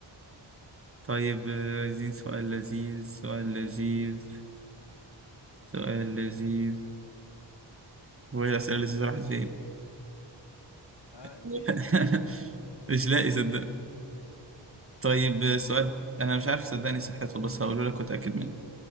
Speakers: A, on the right (about 30°); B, on the left (about 60°).
A: طيب آه، عايزين سؤال لذيذ سؤال لذيذ سؤال لذيذ وهي الأسئلة اللذيذة راحت فين
B: اه
A: <laughs>
B: دي
A: مش لاقي صدق طيب سؤال
B: يلا
A: انا مش عارف صدقني صحته بس هقوله لك واتاكد منه